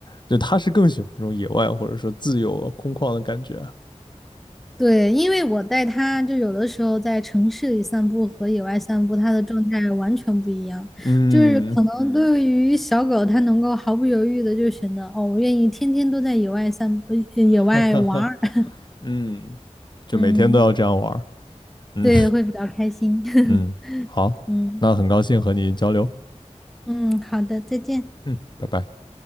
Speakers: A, on the left (about 40°); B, in the centre.
A: 就它是更喜欢这种野外或者说自由空旷的感觉。
B: 对，因为我带它，就有的时候在城市里散步和野外散步，它的状态完全不一样。
A: 嗯
B: 就是可能嗯对于小狗，它能够毫不犹豫的就选择，哦，我愿意天天都在野外散步，野外玩儿，
A: <laughs>
B: <laughs>
A: 嗯，就每天都要这样玩儿
B: 嗯，
A: 嗯
B: 对，会比较开心，<laughs>
A: 嗯，好，
B: 嗯。
A: 那很高兴和你交流。
B: 嗯，好的，再见。
A: 嗯，拜拜。